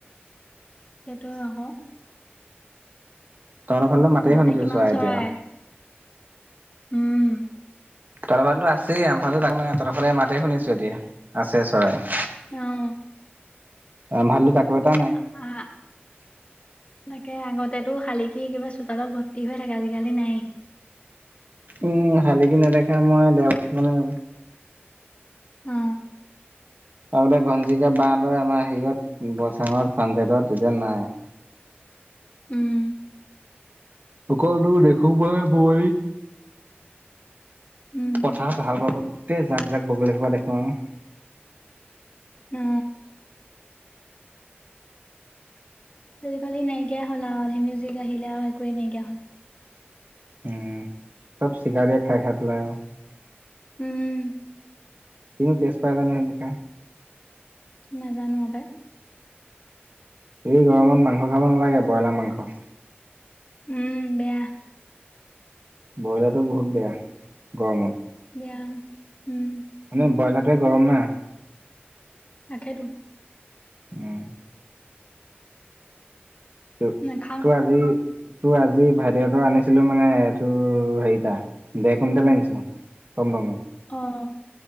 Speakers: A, on the left (about 30°); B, on the right (about 50°).
A: সেইটোৱে আকৌ।
B: তহঁতৰ ফালে মাতেই
A: আগতে
B: শুনিছো
A: কিমান চৰাই,
B: এতিয়া।
A: উম।
B: তহঁতৰ ফালেটো আছেই। আমাৰ ফালে তাকো নাই। তহঁতৰফালে মাতে শুনিছো এতিয়া, আছে চৰাই।
A: অ।
B: আম ভাগটো তাকো এটা নাই।
A: আ তাকে আগতেটো শালিকি কিবা চোতালত ভৰ্তি হৈ থাকে। আজি-কালি নাই।
B: উম, শালিকি নেদেখা মই ডেৰ বছৰ মানে হ'ল।
A: অ।
B: আগতে ঘনচিৰিকা বাহ ধৰে আমাৰ হেৰিয়ত বচাঙত চানচটত, এতিয়া নাই।
A: উম।
B: অকলতো দেখো মই বোৱাৰী
A: উম
B: পথাৰত ভাল পাব গোটেই জাক জাক বগলী সোপা দেখো আৰু।
A: অ আজিকালি নাইকিয়া হল আৰু ধুম মিউজিক আহিলে আৰু একোৱে নাইকিয়া হল।
B: উম। চব শিকাৰ দিয়ে খাই খাই পেলাই আৰু
A: উম উ উ
B: কি টেষ্ট পাই জানো সেইবোৰ খাই?
A: নাজানো অবে।
B: এই গৰমত মাংস খাব নালাগে ব্ৰইলাৰ মাংস।
A: উম উ উ বেয়া।
B: ব্ৰইলাৰটো বহুত বেয়া গৰমত।
A: বেয়া উম উম উ
B: এনে ব্ৰইলাৰটোৱে গৰম না।
A: তাকেই তো।
B: মৰম। ত
A: নাখাও
B: তোৰ আজি তোৰ আজি ভাদেল লতা আনিছিলোঁ মানে তোৰ হেৰিটা দেৰ কুইণ্টেল আনিছোঁ। গম পোৱা নাই।
A: অ অ অ